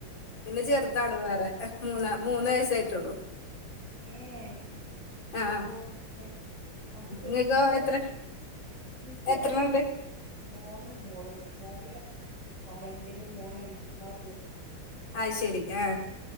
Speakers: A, on the left; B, on the right.
A: പിന്നെ
B: ഏഹ്
A: ചെർതാണ് വേറെ മൂന്നാ മൂന്ന് വയസായിട്ടൊള്ളു
B: ഏഹ് ഏഹ്
A: ആ
B: ഓഹ് അങ്ങനെ അപ്പൊ പിന്നെ
A: നിങ്ങക്കോ
B: <unintelligible>
A: എത്ര
B: ഇൻക്ക്യോ
A: എത്രണ്ണം
B: ഇൻക്ക്
A: ഉണ്ട്
B: മോനും മോളും മോള് <unintelligible> <unintelligible> <unintelligible> ലും മോനഞ്ചാംക്ലാസ് ല്
A: അഅ് ശെരി ആ